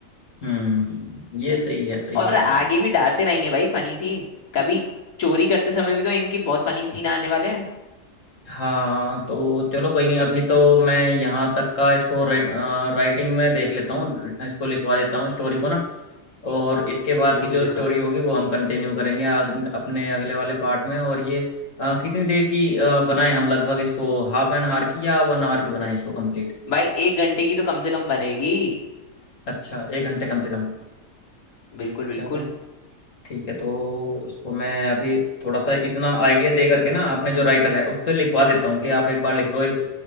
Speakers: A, on the left; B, on the left.
A: हम्म ये सही है सही
B: और
A: है
B: आगे
A: सही है
B: भी डालते रहेंगे भाई फनी सीन कभी चोरी करते समय भी तो इनकी बहुत फनी सीन आने वाले हैं
A: हाँ तो चलो कोई नहीं अभी तो मैं यहाँ तक का इसको रे- अ, राइटिंग में देख लेता हूँ इसको लिखवा देता हूँ स्टोरी को ना और इसके बाद
B: बिल्कुल
A: की जो
B: बिल्कुल
A: स्टोरी होगी वो हम कंटिन्यू करेंगे आग, अपने अगले वाले पार्ट में और ये अ, कितनी देर की अ, बनाएं हम लगभग इसको हाफ एन आवर की या वन आवर की बनाएं इसको कंप्लीट
B: भाई एक घंटे की तो कम से कम बनेगी
A: अच्छा एक घंटे कम से कम
B: बिल्कुल बिल्कुल
A: चलो ठीक है तो इसको मैं अभी थोड़ा सा इतना आइडिया दे करके ना आपने जो राइटर है उस पर लिखवा देता हूँ कि आप एक बार लिख लो एक